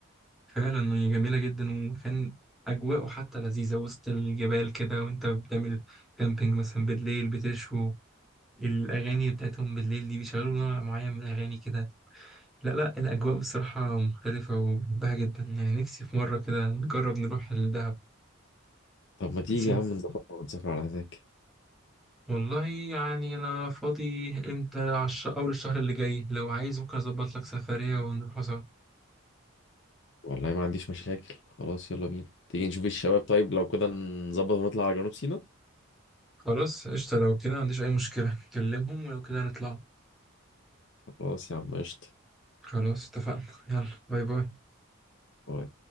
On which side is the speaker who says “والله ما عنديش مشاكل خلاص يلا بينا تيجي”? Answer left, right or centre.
Left